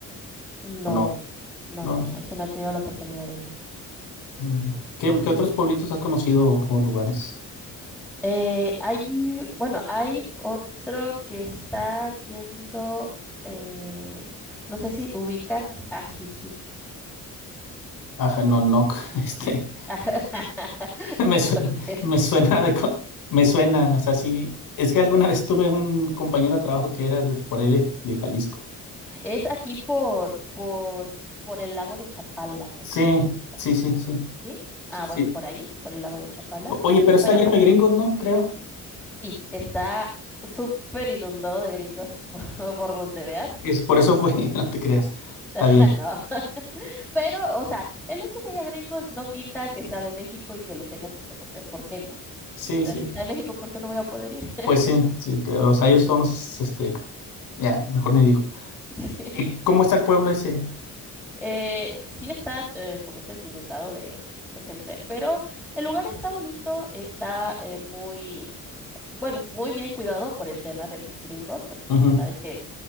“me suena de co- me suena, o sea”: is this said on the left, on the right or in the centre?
Left